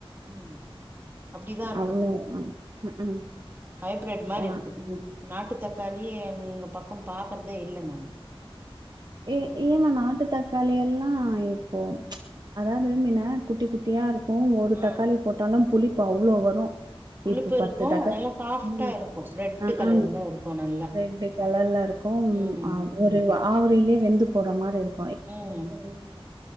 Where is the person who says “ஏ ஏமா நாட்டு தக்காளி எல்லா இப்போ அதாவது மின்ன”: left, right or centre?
Right